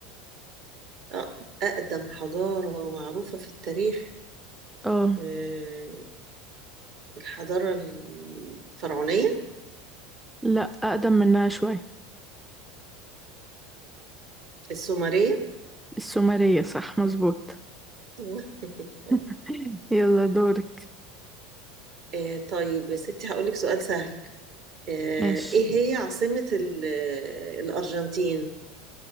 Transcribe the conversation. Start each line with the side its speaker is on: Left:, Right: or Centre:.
Right: اه، اقدم حضارة معروفة في التاريخ
Centre: اه
Right: اه، الحضارة الفرعونية
Centre: لا أقدم منها شوية
Right: السومرية
Centre: السومرية صح مظبوط
Right: أيوة. <laughs> طب،
Centre: <laughs> يلا دورك
Right: اه، طيب يا ستي هقول لك سؤال سهل اه،
Centre: ماشي
Right: ايه هي عاصمة ال- آه، الارجنتين